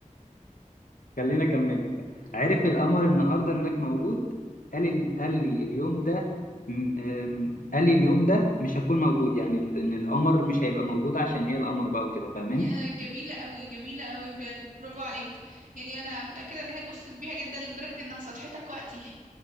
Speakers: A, on the left; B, on the right.
A: خليني اكمل لك بقى
B: <laughs> مم.
A: عرف القمر النهارده انك مولود قال ال... قال لي اليوم ده م- أم، قال لي اليوم ده مش هكون موجود يعني ال- ان القمر مش هيبقى موجود عشان هي القمر بقى وكده فاهماني
B: يا جميلة أوي جميلة أوي بجد برافو عليك يعني أنا متأكدة إن هي اتبسطت بيها جدا لدرجة إنها صالحتك وقتي